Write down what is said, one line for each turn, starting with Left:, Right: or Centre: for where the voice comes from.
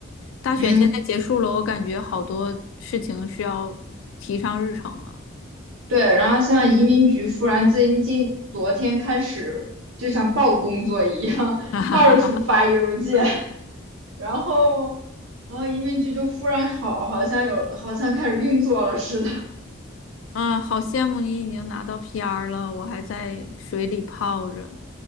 Left: 大选现在结束了，
Right: 嗯，
Left: 我感觉好多事情是要提上日程了。
Right: 对，然后像移民局忽然最近昨天开始就像报工作一样，<laughs>
Left: <laughs>
Right: 到处发邮件，然后。然后移民局就忽然好，好像有，好像开始运作了似的。
Left: 啊，好羡慕你已经拿到 PR 了，我还在水里泡着，